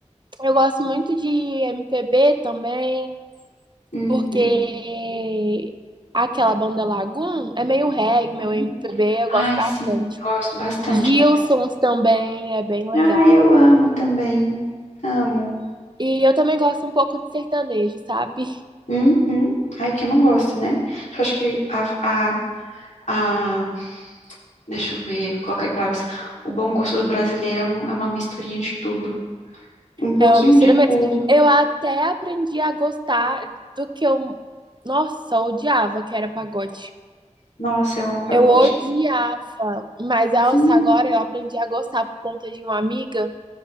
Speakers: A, on the right; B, on the left.
A: Eu gosto muito de MPB também,
B: Uhum.
A: Porque aquela banda Lagoon é meio reggae, meu
B: uhum.
A: MPB, eu gosto
B: Ai,
A: bastante.
B: sim, gosto bastante
A: Gilsons
B: também.
A: também é bem legal.
B: ai eu amo também. Amo.
A: E eu também gosto um pouco de sertanejo, sabe?
B: Uhum. Ai, quem não gosta, né? Eu acho que a, a, a- deixa eu ver, colocar em palavras, o bom gosto do brasileiro é, um- é uma misturinha de tudo. Um pouquinho
A: É uma mistura
B: de tudo
A: mesmo. Eu até aprendi a gostar do que eu, nossa, eu odiava, que era pagode.
B: Nossa, eu amo pagode.
A: Eu odiava, mas nossa,
B: Sim.
A: agora eu aprendi a gostar por conta de uma amiga.